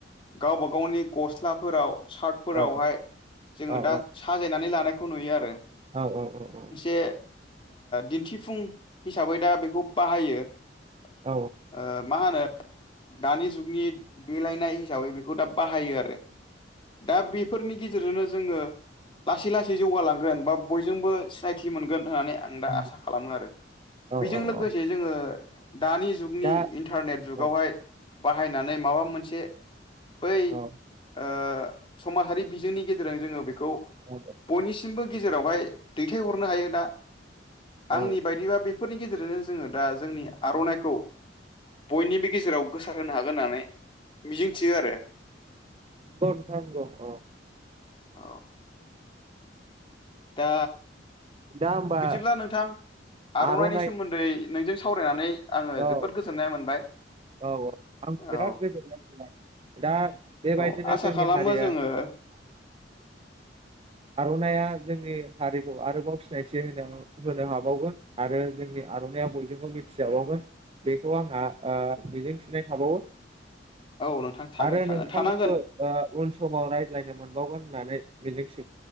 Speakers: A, on the left; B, on the right.
A: गावबा गावनि गस्लाफोराव सार्टफोरावहाय
B: औ
A: जोङो
B: औ
A: दा
B: औ
A: साजायनानै लानाय खौ नुयो आरो
B: औ औ औ औ
A: से दिन्थिफुं हिसाबै दा बेखौ बाहायो ओ
B: औ
A: मा होनो दानि जुगनि देलायनाय हिसाबै बेखौ दा बाहायो आरो दा बेफोरनि गेजे रजोंनो जोङो लासै लासै जौगालांगोन बा बयजोंबो सिनायथि मोनगोन होननानै आं दा
B: औ
A: आसा खालामो आरो
B: औ
A: बेजों लोगोसे
B: औ
A: जोङो दानि जुगनि
B: दा
A: इन्टारनेट जुगावहाय
B: औ
A: बाहायनानै माबा मोनसे बै
B: औ
A: ओ समाजारि बि जोंनि गेजेरजों जोङो खौ
B: औ
A: बयनिसिमबो गेजेरावहाय दै दै हरनो हायो दा आंनि
B: औ
A: बायदिबा बेफोरनि गेजेरजों जोङो दा जोंनि आर'नाइखौ बयनिबो गेजेराव गोसार होनो हागोन होननानै मिजिंथियो आरो
B: दाथ थायिम दं थ
A: औ दा
B: दा होमबा
A: बिदिब्ला नोंथां आर'नाइनि
B: आर'नाइ
A: सोमोन्दै नोंजों सावरायनानै आङो
B: औ
A: जोबोद गोजोननाय मोनबाय
B: औ औ आंबो
A: औ
B: बिराद गोजोननाय मोनबाय दा बेबायदिनो
A: औ आसा
B: जोंनि
A: खालामो
B: हारिया
A: जोङो
B: आर'नाइया दा जोंनि हारिखौ आरोबाव सिनायथि होनो होनो हाबावगोन आरो जोंनि आर'नाइया बयजोंबो मिथिजाबावगोन बेखौ आंहा ओ मिजिं थिनाय थाबावो
A: औ नोंथां थागोन
B: आरो
A: थागोन
B: नोंथांजोंबो
A: थानांगोन
B: ओ उन समाव रायज्लायनो मोनबावगोन होननानै बेजोंखि